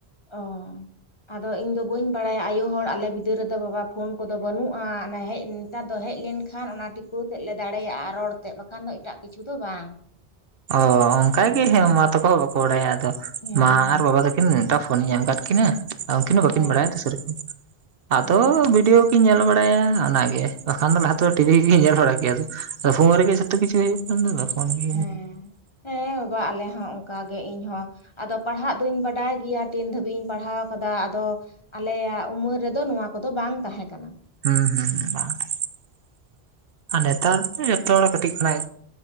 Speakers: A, on the left; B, on the right.
A: ᱚ᱾ ᱟᱫᱚ ᱤᱧ ᱫᱚ ᱵᱟᱹᱧ ᱵᱟᱲᱟᱭᱟ ᱟᱭᱳ ᱟᱞᱮ ᱵᱤᱫᱟᱹᱞ ᱨᱮᱫᱚ ᱵᱟᱵᱟ ᱠᱚᱫᱚ ᱵᱟᱹᱱᱩᱜᱼᱟ ᱦᱮᱡ ᱛᱟ ᱫᱚ ᱦᱮᱡ ᱞᱮᱱᱠᱷᱟᱱ ᱚᱱᱟ ᱴᱤᱯᱟᱹᱣ ᱛᱮᱫ ᱞᱮ ᱫᱟᱲᱮᱭᱟᱜᱼᱟ ᱨᱚᱲ ᱵᱟᱠᱷᱟᱱ ᱫᱚ ᱮᱴᱟᱜ ᱠᱤᱪᱷᱩ ᱫᱚ ᱵᱟᱝ᱾
B: ᱚ ᱚᱝᱠᱟᱜ ᱜᱮ ᱦᱮᱸ ᱢᱟ ᱛᱟᱠᱚ ᱦᱚᱸ ᱵᱟᱠᱚ ᱵᱟᱲᱟᱭᱟ ᱟᱫᱚ
A: ᱦᱮᱸ
B: ᱢᱟ ᱟᱨ ᱵᱟᱵᱟ ᱠᱤᱱ ᱴᱟᱜ ᱯᱷᱳᱱᱤᱧ ᱮᱢ ᱠᱟᱫ ᱠᱤᱱᱟ ᱦᱚᱸ ᱟ ᱩᱝᱠᱤᱱ
A: ᱦᱮᱸ
B: ᱦᱚᱸ ᱵᱟᱲᱟᱭᱟ ᱥᱮᱨᱚᱠᱚᱢ
A: ᱦᱮᱸ
B: ᱟᱫᱚ ᱵᱷᱤᱰᱤᱭᱳ ᱠᱤᱧ ᱧᱮᱞ ᱵᱟᱲᱟᱭᱟ ᱚᱱᱟᱜᱮ, ᱵᱟᱠᱷᱟᱱ ᱫᱚ ᱞᱟᱦᱟᱛᱮ ᱴᱤᱵᱷᱤᱜᱤᱧ ᱧᱮᱞ ᱵᱟᱲᱟ ᱠᱮᱭᱟ ᱯᱷᱳᱱ ᱨᱮᱜᱮ ᱡᱷᱚᱛᱚ ᱠᱤᱪᱷᱩ ᱦᱳᱭᱳᱜ <unintelligible>
A: ᱦᱮᱸ ᱦᱮᱸ ᱵᱟᱵᱟ ᱟᱞᱮ ᱦᱚᱸ ᱚᱝᱠᱟᱜ ᱜᱮ ᱤᱧ ᱦᱚᱸ ᱯᱟᱲᱦᱟᱜ ᱫᱩᱧ ᱵᱟᱰᱟᱭ ᱜᱮᱭᱟ ᱴᱮᱱ ᱫᱷᱟᱹᱵᱤᱡ ᱤᱧ ᱯᱟᱲᱦᱟᱣ ᱠᱟᱫᱟ ᱟᱫᱚ ᱟᱞᱮᱭᱟᱜ ᱩᱢᱟᱹᱨ ᱨᱮᱫᱚ ᱱᱚᱣᱟ ᱠᱚᱫᱚ ᱵᱟᱝ ᱛᱟᱦᱮᱸ ᱠᱟᱱᱟ᱾
B: ᱦᱩᱸ ᱦᱩᱸ ᱾ ᱟᱨ ᱱᱮᱛᱟᱨ ᱡᱚᱛᱚᱦᱚᱲ ᱠᱟᱹᱴᱤᱡ ᱠᱷᱚᱱᱟᱜ